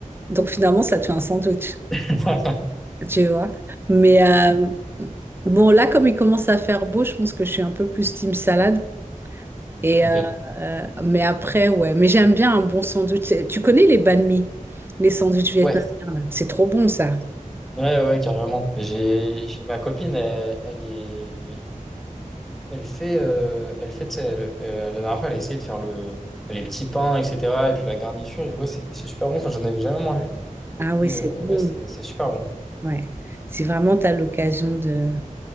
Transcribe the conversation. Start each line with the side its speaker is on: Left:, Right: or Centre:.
Right: Donc finalement, ça te fait un sandwich,
Centre: <laughs>
Right: tu vois. Mais euh, bon, là, comme il commence à faire beau, je pense que je suis un peu plus team salade. Et
Centre: Ok.
Right: euh, euh, mais après, ouais. Mais j'aime bien un bon sandwich. Tu connais les banh mi, les sandwichs vietnamiens,
Centre: Ouais,
Right: là. C'est trop bon, ça.
Centre: ouais, ouais, carrément. J'ai j'ai- ma copine, elle, elle est Elle fait, euh, elle fait, tu sais, elle- elle- la dernière fois, elle a essayé de faire le, les petits pains, etc. Et puis la garniture, et ouais, c'est c'est super bon. Enfin, j'en avais jamais mangé.
Right: Ah oui,
Centre: Et
Right: c'est
Centre: euh,
Right: bon.
Centre: ouais, c'est c'est super bon.
Right: Ouais. Si vraiment tu as l'occasion de...